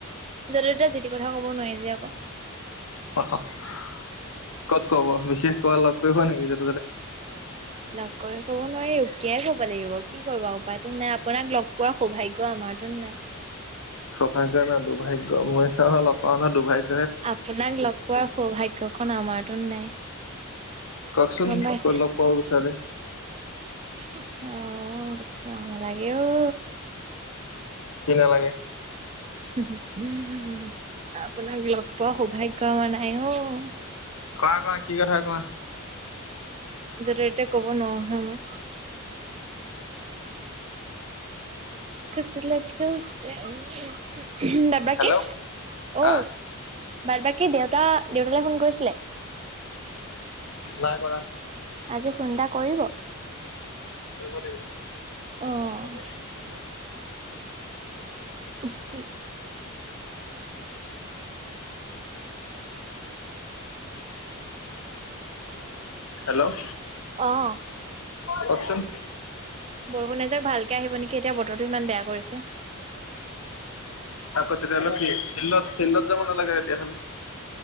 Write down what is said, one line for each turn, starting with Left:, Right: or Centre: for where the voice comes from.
Right: য'তেই ততে যিতি কথা ক'ব নোৱাৰি যে আক
Left: ক'ত ক'ব বিশেষ কৰবাত লগ কৰিব নেকি য
Right: লগ কৰি ক'ব নোৱাৰিম কাই ক'ব লাগিব কি কৰিবা উপায়তো নাই আপোনাক লগ পোৱাৰ সৌভাগ্য আমাৰটো নাই।
Left: সৌভাগ্য নাই দুৰ্ভাগ্য মই চা লগ পাও নহয় দুৰ্ভাগ্য
Right: আপোনাক লগ পোৱাৰ সৌভাগ্যখন আমাৰতো নাই।
Left: কওকচোন
Right: গম
Left: ক'ত
Right: পাইছে
Left: লগ পাব। তাৰে
Right: কৃষ্ণ কৃষ্ণ নালাগে অ।
Left: কি নালাগে।
Right: উ উম। আপোনাক লগ পোৱা সৌভাগ কাৱা নাই অ'।
Left: ক আকো। কি কথা কোৱা
Right: য'তে-ত'তে ক'ব নোৱাৰো নহয় মই। কুছ লাপজ চে উ বাট বাকি
Left: হেল্ল' হা
Right: অ'। বাট, বাকী দেউতা, দেউতালে ফোন কৰিছিলে?
Left: নাই কৰা।
Right: আজি ফোনটা কৰিব।
Left: ৰুমত আহিব।
Right: অ
Left: <unintelligible>
Right: <unintelligible>
Left: হেল্ল'
Right: অ'।
Left: কওঁকচোন।
Right: বৰষুণ এজাক ভালকে আহিব নেকি, এতিয়া বতৰটো ইমান বেয়া কৰিছে।
Left: আকৌ তেতিয়াহ'লে ফি, ফিল্ডত ফিল্ডত যাব নালাগে তেতিয়াহ'লে।